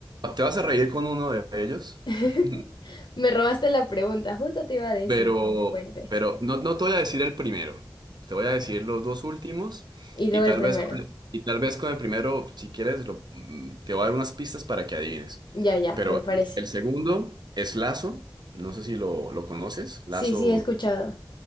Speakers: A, on the right; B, on the left.
A: te vas a reír con uno de ellos.
B: <laughs>
A: <laughs>
B: Me robaste la pregunta, justo te iba a decir
A: Pero,
B: que me cuentes.
A: pero no, no te voy a decir el primero, te voy a decir los dos últimos
B: Y luego
A: y tal
B: el primero.
A: vez con el, y tal vez con el primero, si quieres, lo- mm, te voy a dar unas pistas para que adivines.
B: Ya, ya,
A: Pero
B: me parece.
A: el, el segundo es Lazo, no sé si lo, lo conoces, Lazo
B: Sí, sí, he escuchado.